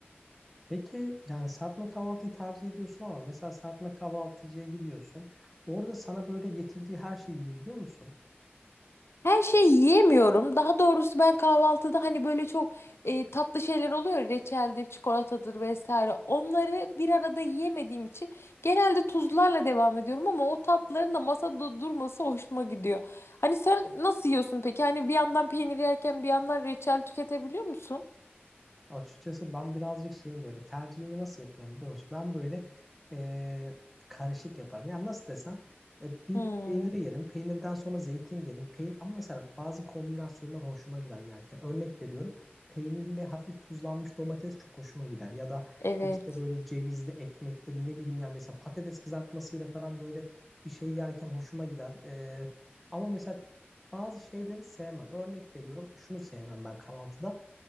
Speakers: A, in the centre; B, on the left (about 85°).
A: Peki yani serpme kahvaltıyı tercih ediyorsun ama mesela serpme kahvaltıcıya gidiyorsun. Orada sana böyle getirdiği her şeyi yiyebiliyor musun?
B: Her şeyi yiyemiyorum. Daha doğrusu ben kahvaltıda hani böyle çok e, tatlı şeyler oluyor. ya, Reçeldir, çikolatadır vesaire. Onları bir arada yiyemediğim için genelde tuzlarla devam ediyorum ama o tatlıların da masada durması hoşuma gidiyor. Hani sen nasıl yiyorsun peki? Hani bir yandan peynir yerken bir yandan reçel tüketebiliyor musun?
A: Açıkçası ben birazcık şeyim böyle tercihimi nasıl yapıyorum biliyor musun? Ben böyle e, karışık yaparım. Yani nasıl desem e, bir
B: Hmm,
A: peyniri yerim. Peynirden sonra zeytin yerim. Peyn ama mesela bazı kombinasyonlar hoşuma gider yerken. Örnek veriyorum. Peynirli hafif tuzlanmış domates çok hoşuma gider. Ya da
B: evet.
A: işte böyle cevizli ekmektir ne bileyim ya mesela patates kızartmasıyla falan böyle bir şey yerken hoşuma gider. E, ama mesela bazı şeyleri sevmem. Örnek veriyorum şunu sevmem ben kahvaltıda.